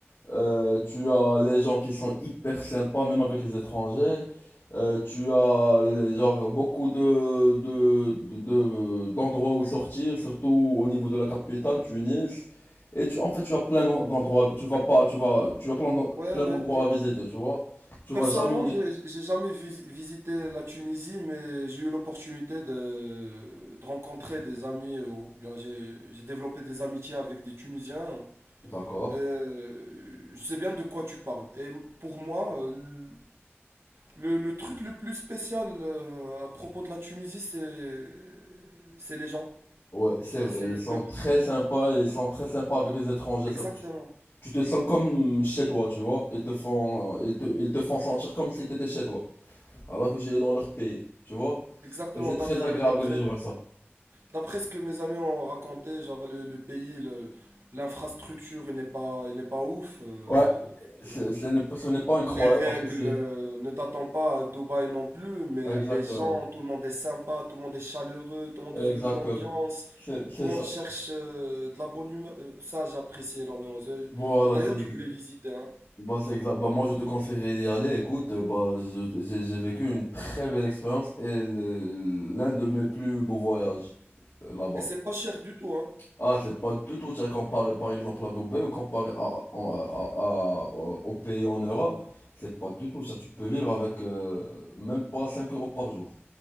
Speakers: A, on the left; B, on the right.
A: Euh, tu as les gens qui sont hyper sympas, même avec les étrangers. Euh, tu as les, genre beaucoup de, de, de- de- d'endroits où sortir, surtout au niveau de la capitale, Tunis. Et tu, en fait, tu as plein d'en- d'endroits. Tu vas pas, tu vas, tu as plein d'en-
B: Ouais,
A: plein
B: ouais.
A: d'endroits à visiter, tu vois. Tu vas
B: Personnellement,
A: jamais.
B: j'ai j'ai jamais vis- visité la Tunisie, mais j'ai eu l'opportunité de, de rencontrer des amis, euh, ou bien j'ai j'ai développé des amitiés avec des Tunisiens.
A: D'accord.
B: Euh, je sais bien de quoi tu parles. Et pour moi, euh, le, le truc le plus spécial euh, à propos de la Tunisie, c'est c'est les gens,
A: Ouais, c'est
B: c'est
A: vrai.
B: c'est le
A: Ils sont
B: peuple.
A: très sympas. Ils sont très sympas avec les étrangers,
B: Exactement,
A: surtout. Tu te sens comme chez toi, tu vois. Ils te font, ils te, ils te font sentir comme si tu étais chez toi. alors que j'étais dans leur pays, tu vois.
B: exactement.
A: Et c'est
B: D'a-
A: très
B: euh,
A: agréable
B: D'après
A: de vivre ça.
B: D'après ce que mes amis ont raconté, genre le, le pays, le- l'infrastructure n'est pas, n'est pas ouf. euh,
A: Ouais, c'est-
B: euh,
A: ce n'est pas ce n'est pas incroyable
B: les règles
A: parce que c'est...
B: euh, ne t'attendent pas à Dubaï non plus, mais
A: ouais, Exactement,
B: les gens, tout le monde est sympa, tout le monde est chaleureux, tout le monde
A: exactement.
B: veut de l'ambiance,
A: C'est c'est
B: tout le
A: ça.
B: monde cherche euh, de la bonne humeur. Euh, Ça, j'apprécie énormément. Je-
A: Voilà,
B: D'ailleurs,
A: c'est
B: je voulais visiter, hein.
A: bah, c'est exact. Bah, moi, je te conseillerais d'y aller. Écoute, euh, bah, je- j'ai j'ai vécu une très belle expérience et le- l'un de mes plus beaux voyages euh, là-bas.
B: Et c'est pas cher du tout, hein.
A: Ah, c'est pas du tout ça comparé par exemple à Dubaï ou comparé à, à- à- à- aux pays en Europe. C'est pas du tout ça. Tu peux vivre avec euh, même pas 5 euros par jour.